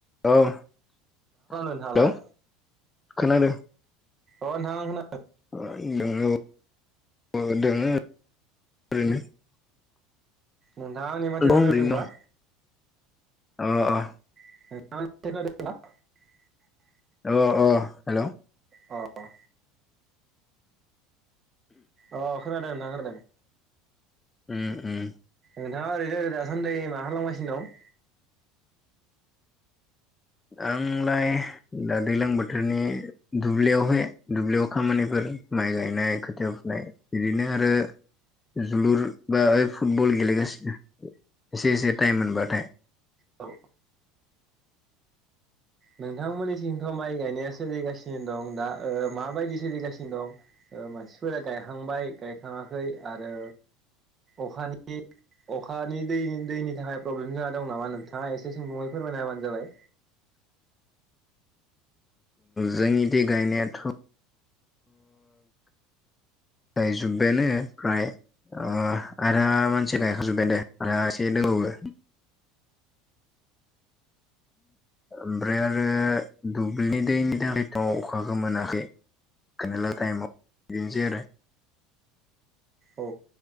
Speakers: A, on the left; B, on the right.
A: औ हेल'
B: नोंथाङालाय
A: खोनादों
B: अ नोंथां
A: <unintelligible>
B: नोंथाङा आंनि माथोखो
A: दं
B: खोनादोंबा
A: ओरैनो दं <unintelligible>
B: <unintelligible>
A: अ अ हेल'
B: अह अह खोनादों नोंथां खोनादों
A: उम उम
B: नोंथाङा ओरैनोरे दासान्दि मा खालाम गासिनो दं
A: आंलाय दा दैलां बोथोरनि दुब्लियावहाय दुब्लियाव खामानिफोर माइ गायनाय खोथिया फुनाय बिदिनो आरो जोलुर बा ओइ फुटबल गेलेगासिनो एसे एसे टाइम मोनबाथाय
B: औ नोंथांमोननिसिंथ' माइ गायनाया सोलिगासिनो दं दा ओ माबायदि सोलिगासिनो दं ओ मानसिफोरा गायखांबाय गायखाङाखै आरो अखानि अखानि दै दैनि थाखाय प्रब्लेम जाना दं नामा नोंथाङा एसे सुंदुङै फोरमायना होबानो जाबाय
A: <inaudible> जोंनिदि गायनायाथ' गायजोब्बायानो फ्राय ओ आरो मानसि गायखांजोब्बाय दे आरो एसे दंबावो ओमफ्राय आरो दुब्लिनि दैनि थाखायथ' अखाखो मोनाखै <unintelligible>
B: औ